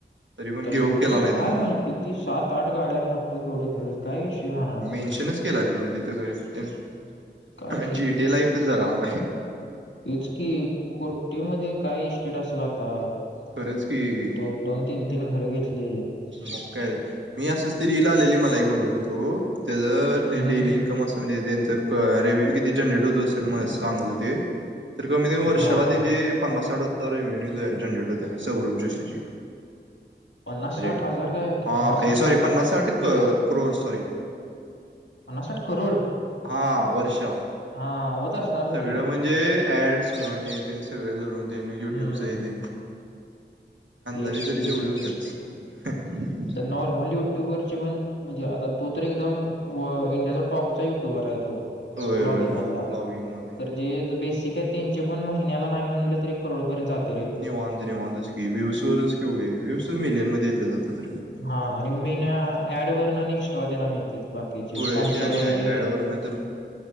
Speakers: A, on the right; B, on the left.
A: तरी पण
B: तर
A: गिव्हअप
B: कुठ
A: केला नाही
B: काय
A: त्याने
B: म्हण किती सात आठ गाड्या मोठ केवढं घर काय विषयी म्हणाला
A: टेन्शन केला रे तिन तिथं घरी
B: काय
A: जीटी लाईफच जागा लागला
B: तेच कि कोट्टी मध्ये काय इस्टेट असेल आता
A: खरंच की
B: दोन दोन तीन तीन घर घेतली
A: मग काय मी असंच ती रिल आलेली मला एक असंच बघत होतो त्याच ते
B: हम्म
A: डेली इन्कम अस तुम् त्यांच रेव्हन्यू किती जनरेट होत असेल मला सांगत ते तर कमी कमी वर्षाला
B: हा हा
A: त्यांची पन्नास साठ हजार रेव्न्यू जो आहे जनरेट होत्या सौरभ जोशीची
B: पन्नास साठ
A: हा
B: हजार काय पन्नास साठ
A: सॉरी
B: लाख
A: पन्नास साठ करोड सॉरी
B: पन्नास साठ करोड
A: हा वर्षाव
B: हा होत असणार
A: सगळं
B: खरं
A: म्हणजे ऍड्स म्हण हेतेन सगळं धरून तेन युट्यूबचं
B: हम्म
A: तेन
B: तेच
A: अधे तरी
B: की
A: तेवढ्या होच्यात <inaudible>
B: तर नॉर्मल युट्यूब वरचे पण म्हणजे आता तो तर एकदम इंडियाचा टॉपचा युट्युबर आहे तो
A: होय
B: व्लॉगिंग
A: होय
B: मधला
A: ब्लॉगिंग मध्ये
B: ते बेसिकच तेच पण महिन्याला नाही म्हणलं तर करोडपर्यंत जात
A: निवांत निवांतच की व्युवज वरच केवढे व्यवसच मिलियन मध्ये येत जात तर
B: हा आणि मेन ऍड वर आणि स्ट्रॉ देरा मिळत बाकीचे
A: होय
B: स्पॉन्सर
A: ते आणि
B: वगैरे
A: आहे
B: येतात
A: ऍड वरन तर